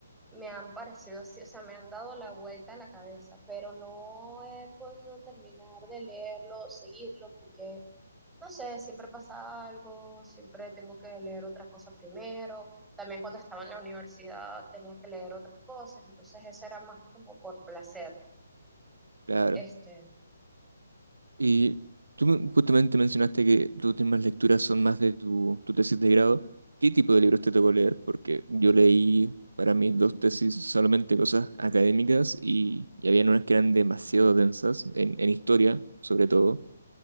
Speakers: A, in the centre; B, on the right.
A: me han parecido así, o sea, me han dado la vuelta a la cabeza, pero no he podido terminar de leerlo o seguirlo porque, no sé, siempre pasa algo, siempre tengo que leer otra cosa primero. También cuando estaba en la universidad tenía que leer otras cosas, entonces eso era más como por placer.
B: claro.
A: Este,
B: Y tú me- justamente mencionaste que tus últimas lecturas son más de tu, tu tesis de grado. ¿Qué tipo de libros te tocó leer? Porque yo leí para mis dos tesis solamente cosas académicas y, y habían unas que eran demasiado densas, en, en historia sobre todo.